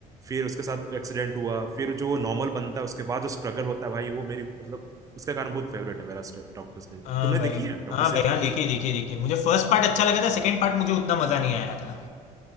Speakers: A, on the right; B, on the left.
A: फिर उसके साथ एक्सीडेंट हुआ फिर जो नॉर्मल बनता है उसके बाद जो स्ट्रगल होता है भाई वो मेरी मतलब उसका कारण बहुत फेवरेट है मेरा डॉक्टर स्ट्रेंज
B: हाँ
A: तुमने
B: भाई
A: देखी है डॉक्टर
B: हाँ
A: स्ट्रेंज
B: भाई
A: की
B: हाँ देखिए
A: मूवी
B: देखिए देखिए मुझे फर्स्ट पार्ट अच्छा लगा था सेकंड पार्ट मुझे उतना मजा नहीं आया था